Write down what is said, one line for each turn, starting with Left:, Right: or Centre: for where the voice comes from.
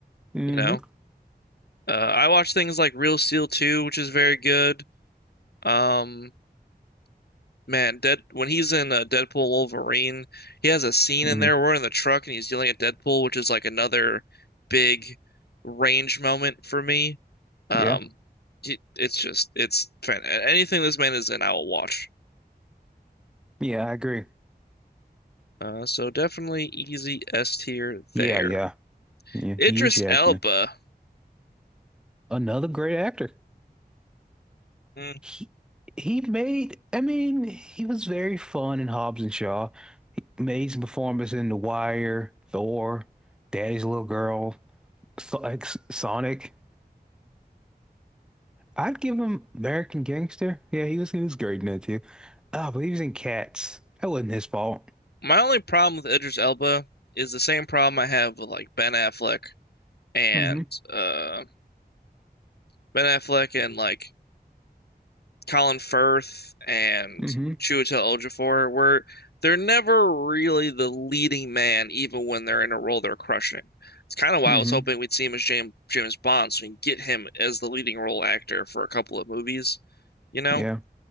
Centre: Mm-hmm.
Left: you know? Uh, I watch things like Real Steel 2, which is very good. Um, man, Dead when he's in uh, Deadpool Wolverine, he has a scene
Centre: Mm-hmm.
Left: in there. We're in the truck and he's yelling at Deadpool, which is like another big range moment for me. Um,
Centre: Yeah.
Left: he- it's just it's fan anything this man is in, I will watch.
Centre: Yeah, I agree.
Left: Uh, so definitely easy S tier
Centre: Yeah,
Left: there.
Centre: yeah. Yeah.
Left: Idris
Centre: Hugh Jackman.
Left: Elba.
Centre: Another great actor.
Left: Hmm,
Centre: He he made I mean, he was very fun in Hobbs and Shaw. He made some performances in The Wire, Thor, Daddy's Little Girl, So- like, Sonic. I'd give him American Gangster. Yeah, he was he was great in that too. Ah, but he was in Cats. That wasn't his fault.
Left: My only problem with Idris Elba is the same problem I have with like Ben Affleck and
Centre: Mm-hmm.
Left: uh Ben Affleck and like Colin Firth and
Centre: Mm-hmm.
Left: Chiwetel Ejiofor, where they're never really the leading man, even when they're in a role they're crushing. It's kind of why
Centre: hmm
Left: I was hoping we'd see him as James James Bond, so we can get him as the leading role actor for a couple of movies, you know.
Centre: Yeah.